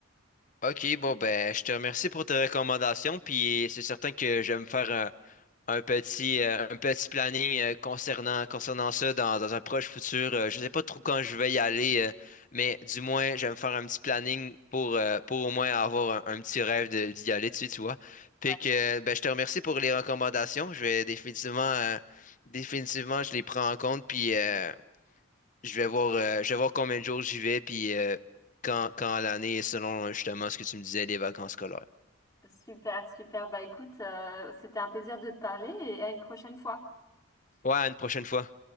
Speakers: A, on the left; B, on the left.
A: Ok, bon ben, je te remercie pour tes recommandations, puis c'est certain que je vais me faire un, un petit euh, un petit planning euh, concernant concernant ça dans, dans un proche futur. Euh, je sais pas trop quand je vais y aller, euh, mais du moins je vais me faire un petit planning pour euh, pour au moins avoir un, un petit rêve de- d'y aller dessus, tu vois. Puis
B: Ouais.
A: que ben, je te remercie pour les recommandations. Je vais définitivement euh, définitivement je les prends en compte, puis euh, je vais voir, euh, je vais voir combien de jours j'y vais, puis euh, quand, quand l'année est selon justement ce que tu me disais des vacances scolaires.
B: Super, super. Bah écoute, euh, c'était un plaisir de te parler et à une prochaine fois.
A: Ouais, à une prochaine fois.